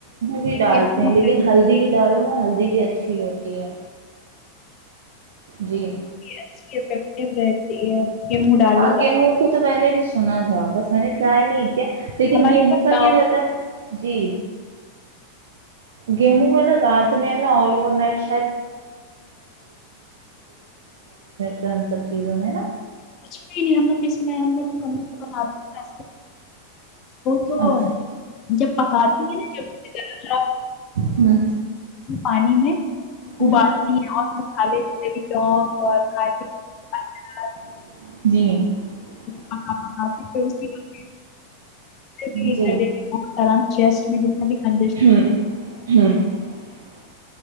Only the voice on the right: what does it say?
بھی ڈالتے
ہیں لیکن ہلدی بھی ڈالو نا ہلدی بھی اچھی ہے جی
ہاں اگیا
ہوں کہ تو میں نے بس معائنہ ٹرائی نہیں کیا لیکن
گیہوں
کا
یہ رہتا ہے جی گیا ہوا ہے نا رات میں نا <unintelligible> <inaudible> چند سب چیزوں میں نا
اچھا
ہ
ہ
<unintelligible>
جی
<unintelligible>